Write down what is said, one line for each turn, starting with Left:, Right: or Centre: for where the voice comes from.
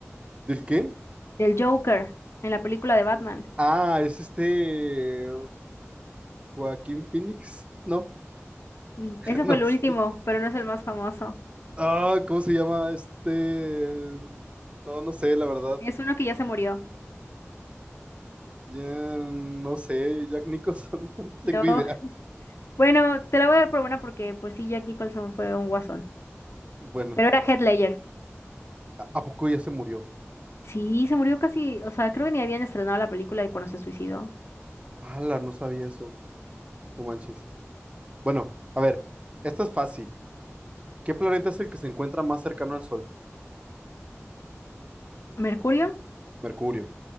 Right: ¿del qué?
Left: Del Joker en la película de Batman.
Right: Ah, es este Joaquín Phoenix. No,
Left: Mm,
Right: <laughs>
Left: Ese
Right: no
Left: fue el
Right: sé.
Left: último, pero no es el más famoso.
Right: Ah, ¿cómo se llama este? No, no sé, la verdad.
Left: Es uno que ya se murió.
Right: Ya no sé, Jack Nicholson, <laughs> no no
Left: No.
Right: tengo
Left: <laughs>
Right: idea.
Left: Bueno, te la voy a dar por buena porque pues sí, Jack Nicholson fue un guasón.
Right: Bueno,
Left: Pero era Heath Ledger.
Right: ¿a, a poco ya se murió?
Left: Sí, se murió casi, o sea, creo que ni habían estrenado la película de cuando se suicidó.
Right: Ala, no sabía eso. No manches. Bueno, a ver, esta es fácil. ¿Qué planeta es el que se encuentra más cercano al Sol?
Left: ¿Mercurio?
Right: Mercurio,